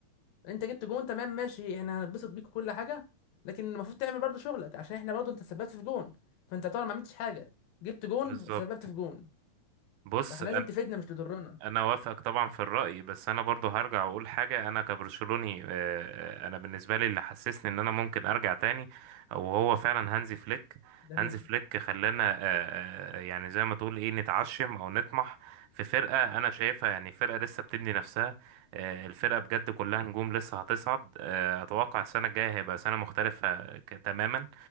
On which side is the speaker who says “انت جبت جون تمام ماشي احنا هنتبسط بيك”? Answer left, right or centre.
Left